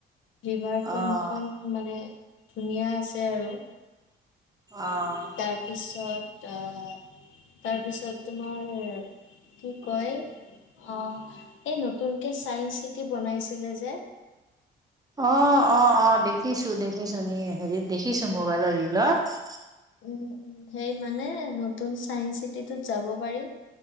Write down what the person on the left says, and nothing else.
ৰিভাৰ ফ্ৰণ্টখন
মানে ধুনীয়া আছে আৰু
তাৰপিছত আহ তাৰ পিছত তোমাৰ, কি কয় অ এই নতুন চাইন্স চিটি বনাইছিলে যে
উম। সেই মানে নতুন চাইন্স ত যাব পাৰি।